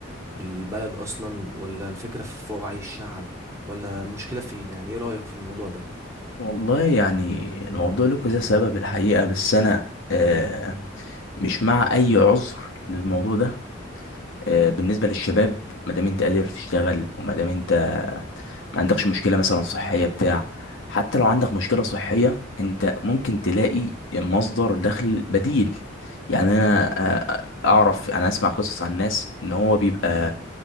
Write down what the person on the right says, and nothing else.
بالبلد اصلا ولا الفكرة في وعي الشعب ولا المشكلة فين يعني ايه رأيك في الموضوع ده